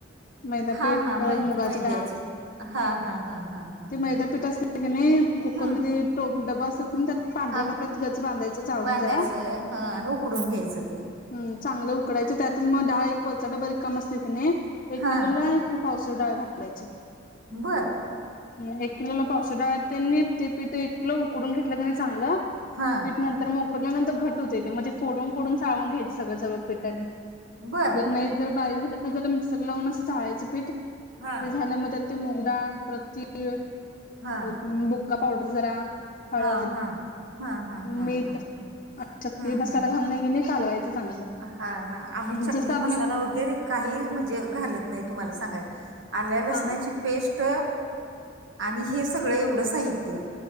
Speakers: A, on the left; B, on the right.
A: मैदा
B: हा
A: पीठ
B: हा
A: परत
B: मै
A: मुगाची
B: मै
A: डाळ.
B: द्यायचं हा हा हा हा हा
A: ते
B: हा.
A: मैदा पीठ असतं कनाय कुकरमध्ये
B: हम्म.
A: टो डबा अस मग त्यात पांढऱ्या
B: हा
A: कपड्यात गच बांधायचं चाळून
B: बांधायचं
A: जरा.
B: ह आणि उकडून घ्यायचं ते.
A: हम् चांगलं उकडायचं त्यातच मग डाळ एक वरचा डबा रिकामा असतोय कनी एक
B: हा.
A: किलोला पावशेर डाळ घालायची.
B: बरं.
A: ह एक किलोला पावशेर डाळ त्यांनी ते पीठ एक किलो उकडून घेतलं कणी चांगलं.
B: हा
A: पीठ नंतर मग, उकडल्यानंतर घट होते ते म्हणजे, फोडून फोडून जाळून घ्यायचं सगळं सगळ पीठ त्यांनी.
B: बर
A: जर नाही जर बारीक झालं तर, जरा मिक्सर लावून असं चाळायचं पीठ ते
B: हा
A: झाल्या मग ते. त्या मूग डाळ परत, तीळ
B: हा
A: परत, बुका पावडर जरा. हळद
B: हा हा. हा हा हा
A: मीठ
B: हा
A: चकली
B: ह हम्म
A: मसाला
B: हम्म.
A: घालून ये कणी कालवायचं चांगलं.
B: हा हा.. आम्ही चकली
A: जसं आपल्याला
B: मसाला वगैरे काही म्हणजे, घालत नाही तुम्हाला सांगाय. आल्या लसणाची
A: हा
B: पेस्ट, आणि हे सगळं एवढं साहित्य.